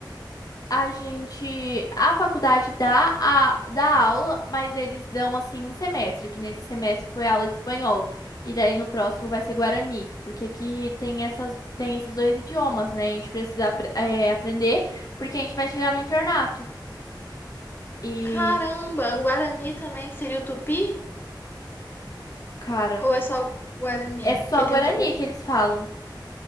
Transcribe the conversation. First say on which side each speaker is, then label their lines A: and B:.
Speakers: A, on the left; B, on the left.
A: A gente, a faculdade dá, a, dá aula, mas eles dão, assim, um semestre, que nesse semestre foi aula de espanhol. E daí no próximo vai ser Guarani, porque aqui tem essas, tem esses dois idiomas, né? A gente precisa, apre- é, aprender, porque a gente vai chegar no internato. E,
B: Caramba, o Guarani também seria o Tupi?
A: cara,
B: Ou é só o Guarani?
A: é só
B: Porque
A: Guarani
B: tem o Tupi.
A: que eles falam.